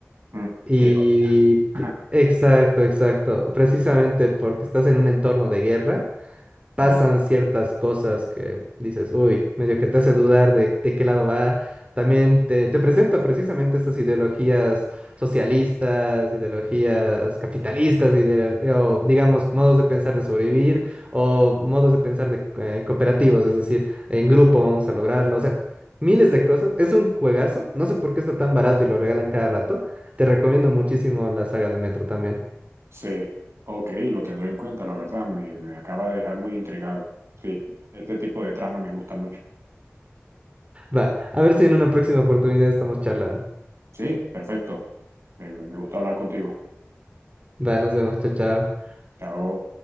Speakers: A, on the right; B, on the right.
A: Mm,
B: Y
A: qué ironía. <laughs>
B: pri- exacto, exacto. Precisamente porque estás en un entorno de guerra pasan
A: Sí,
B: ciertas cosas que dices, uy, medio que te hace dudar de, de qué lado va. También te, te presenta precisamente estas ideologías socialistas, ideologías capitalistas, ideal- o digamos, modos de pensar de sobrevivir o modos de pensar de eh, cooperativos, es decir, en grupo vamos a lograrlo, o sea, miles de cosas. Es un juegazo, no sé por qué está tan barato y lo regalan cada rato. Te recomiendo muchísimo la saga de Metro también.
A: sí, ok, lo tendré en cuenta, la verdad, me, me acaba de dejar muy intrigado. Sí, este tipo de trama me gusta mucho.
B: Va, a ver si en una próxima oportunidad estamos charlando.
A: Sí, perfecto. Me, me gusta hablar contigo.
B: Va, nos vemos, chao, chao.
A: Chao.